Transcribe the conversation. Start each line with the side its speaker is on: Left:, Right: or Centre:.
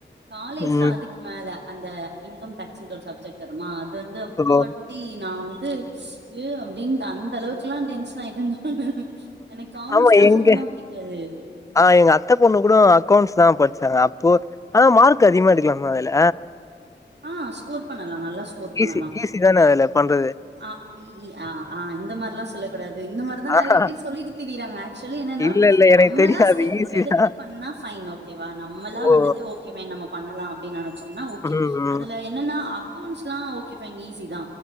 Right: காலேஜ்ல
Left: ம்
Right: அதுக் கு மேல அந்த இன்கம் டாக்ஸ்ன்ற ஒரு சப்ஜெக்ட் வருமா அது வந்து அப்பா
Left: ஓகே.
Right: டி நா வந்து ஏ அப்டின் அந்த அளவுக்குலா டென்ஷன் ஆயிட்டே நானு எனக்கு காமஸ்ல்லா
Left: ஆமா எங்க
Right: சுத்தமா புடிக்காது
Left: ஆ எங்க அத்த பொண்ணு கூட அக்கௌண்ட்ஸ் தா படிச்சாங்க அப்போ ஆனா மார்க் அதிகமா எடுக்கலாமா அதுல
Right: ஆ ஸ்கோர் பண்ணலா நல்லா ஸ்கோர் பண்ணலா
Left: ஈஸி ஈஸி தானே அதுல பண்றது
Right: ஆ இ ஆ இந்த மாரில்லா சொல்லக்கூடாது இந்த மா தா நெறைய
Left: ஆஹா
Right: பேர் சொல்லிட்டு திரியிறாங்க ஆக்சுவலி என்னன்னா
Left: இல்ல இல்ல எனக்கு
Right: நம்மளா
Left: தெரியாது
Right: ஸ்டெப்
Left: ஈஸி
Right: எடுத்து
Left: தா
Right: பண்ணா ஃபைன் ஓகேவா நம்மளா
Left: ஓ
Right: வந்துட்டு ஓகே ஃபைன் நம்ம பண்ணலா அப்டின்னு நெனைச்சோம்னா ஓகே
Left: ம் ம்
Right: அதுல என்னன்னா அக்கவுண்ட்ஸ்லா ஓகே ஃபைன் ஈசி தா